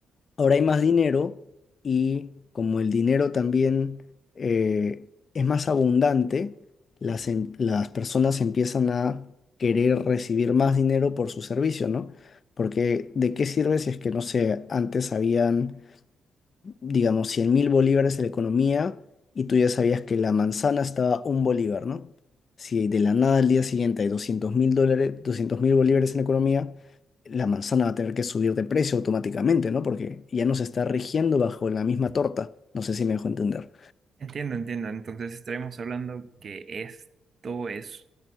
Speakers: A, on the left (about 50°); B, on the right (about 50°).
A: Ahora hay más dinero y como el dinero también eh, es más abundante, las, em- las personas empiezan a querer recibir más dinero por su servicio, ¿no? Porque ¿de qué sirve si es que, no sé, antes habían digamos, cien mil bolívares en la economía y tú ya sabías que la manzana estaba un bolívar, ¿no? Si de la nada al día siguiente hay doscientos mil dólares, doscientos mil bolívares en la economía, la manzana va a tener que subir de precio automáticamente, ¿no? Porque ya no se está rigiendo bajo la misma torta. No sé si me dejo entender.
B: Entiendo, entiendo. Entonces, estaremos hablando que esto es